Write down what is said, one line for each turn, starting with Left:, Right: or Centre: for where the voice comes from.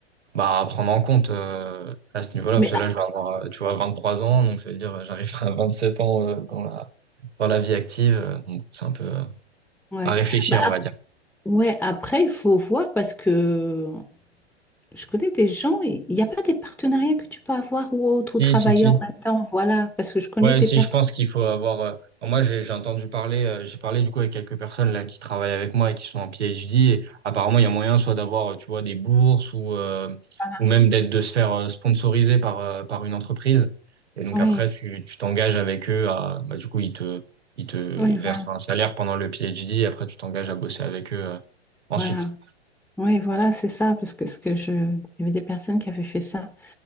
Right: bah, à prendre en compte euh, à ce niveau-là,
Centre: Mais
Right: parce que
Centre: ah,
Right: là, je vais avoir, euh, tu vois, 23 ans, donc ça veut dire euh, j'arrive à 27 ans euh, dans la, dans la vie active. euh, donc c'est un peu euh,
Centre: ouais.
Right: à réfléchir,
Centre: Bah,
Right: on
Centre: ap-
Right: va dire.
Centre: ouais, après, il faut voir parce que Je connais des gens, et il n'y a pas des partenariats que tu peux avoir ou autre,
Right: Si,
Centre: ou travailler
Right: si, si,
Centre: en même temps, voilà, parce que je connais
Right: Ouais,
Centre: des
Right: si,
Centre: personnes.
Right: je pense qu'il faut avoir. euh, enfin, moi, j'ai j'ai entendu parler, euh, j'ai parlé du coup avec quelques personnes là qui travaillent avec moi et qui sont en PhD. Et apparemment, il y a moyen soit d'avoir, euh, tu vois, des bourses ou euh,
Centre: Voilà.
Right: ou même d'être de se faire euh, sponsoriser par euh, par une entreprise. Et donc
Centre: Oui,
Right: après, tu tu t'engages avec eux à, bah, du coup, ils te ils te
Centre: oui,
Right: versent
Centre: voilà,
Right: un salaire pendant le PhD. Et après, tu t'engages à bosser avec eux euh, ensuite.
Centre: voilà. Oui, voilà, c'est ça, parce que ce que je, il y avait des personnes qui avaient fait ça.